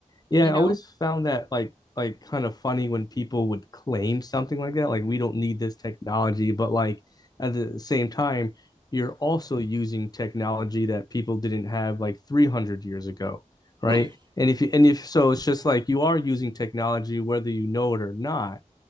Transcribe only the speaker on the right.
you
know?
<laughs>